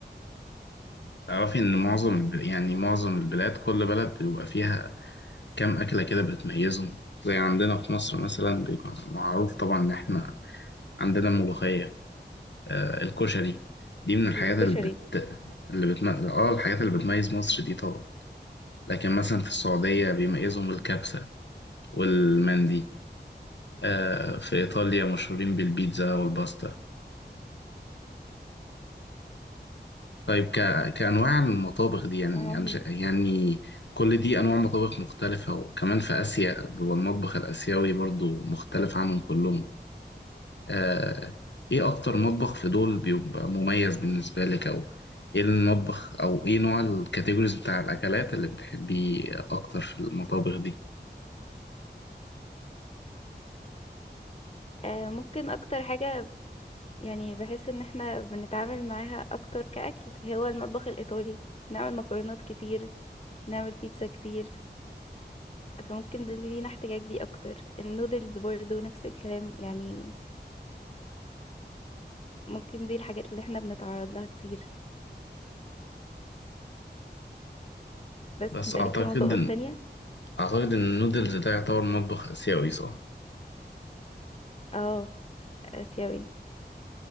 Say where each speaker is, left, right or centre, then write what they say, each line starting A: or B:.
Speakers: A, on the left; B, on the left.
A: تعرفي إن معظم الب... يعني معظم البلاد كل بلد بيبقى فيها كام أكلة كده بتميزهم زي عندنا في مصر مثلا بيبقى معروف طبعا إن إحنا عندنا الملوخية آه، الكشري دي من
B: بالكشري
A: الحاجات اللي بت اللي بتم... اه الحاجات اللي بتميز مصر دي طبعا لكن مثلا في السعودية بيميزهم الكبسة والمندي آه في إيطاليا مشهورين بالبيتزا والباستا طيب ك... كأنواع المطابخ دي يعني
B: اه
A: يعني ش- يعني كل دي أنواع مطابخ مختلفة وكمان في آسيا والمطبخ الآسيوي برضو مختلف عنهم كلهم آه، ايه اكتر مطبخ في دول بيبقى مميز بالنسبة لك او ايه المطبخ او ايه نوع الكاتيجوريز بتاع الاكلات اللي بتحبيه اكتر في المطابخ دي
B: آه، ممكن اكتر حاجة يعني بحس ان احنا بنتعامل معاها اكتر كأكل هو المطبخ الايطالي نعمل مكرونات كتير نعمل بيتزا كتير فممكن ده اللي لينا احتكاك بيه اكتر النودلز برضه نفس الكلام يعني ممكن دي الحاجات اللي احنا بنتعرض لها كتير بس
A: بس
B: انت ليك
A: اعتقد
B: في مطابخ
A: ان
B: تانية
A: اعتقد ان النودلز ده يعتبر مطبخ اسيوي صح
B: اه اسيوي